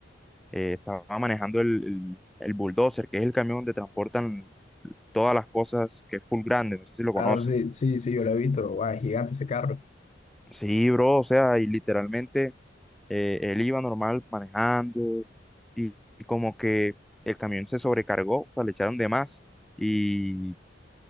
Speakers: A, in the centre; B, on the left.
A: eh, estaba manejando el, el, el bulldozer, que es el camión donde transportan todas las cosas que es full grande, no sé si lo
B: Claro,
A: conoces.
B: sí, sí, sí, yo lo he visto. Guau, es gigante ese carro.
A: Sí, bro, o sea, y literalmente eh, él iba normal manejando y, y como que el camión se sobrecargó, o sea, le echaron de más y